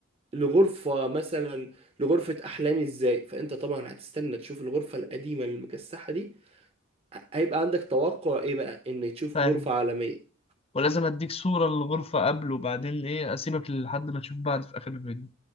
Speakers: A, on the right; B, on the left.
A: لغرفه مثلا لغرفه احلامي ازاي فانت طبعا هتستنى تشوف الغرفه القديمه المكسحه دي هيبقى عندك توقع ايه بقى ان تشوف
B: فاهم
A: غرفه عالميه
B: ولازم أديك صورة للغرفة قبل وبعدين إيه أسيبك لحد ما تشوف بعد في آخر الفيديو